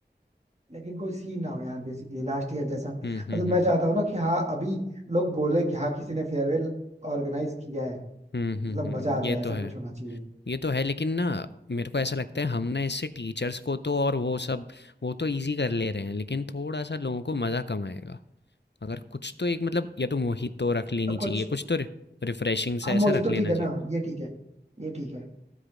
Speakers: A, on the right; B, on the left.
A: लेकिन कोई सीन ना हो यार बेसिकली लास्ट ईयर जैसा
B: हुँ, हुँ,
A: मतलब
B: हुँ,
A: मैं
B: हुँ।
A: चाहता हूँ ना कि हाँ अभी लोग बोले कि हाँ किसी ने फेयरवेल ऑर्गेनाइज किया है
B: हुँ, हुँ,
A: मतलब
B: हुँ,
A: मजा आ जाए
B: ये तो
A: ऐसा
B: है।
A: कुछ होना चाहिए
B: ये तो है लेकिन ना मेरे को ऐसा लगता है हम ना इससे टीचर्स को तो और वो सब वो तो ईज़ी कर ले रहे हैं, लेकिन थोड़ा-सा लोगों को मज़ा कम आएगा। अगर कुछ तो एक मतलब या तो मोहितो रख लेनी
A: तो
B: चाहिए,
A: कुछ
B: कुछ तो रि रिफ्रेशिंग सा
A: हम
B: ऐसा
A: मोजी
B: रख
A: तो
B: लेना
A: ठीक है
B: चाहिए।
A: ना ये ठीक है ये ठीक है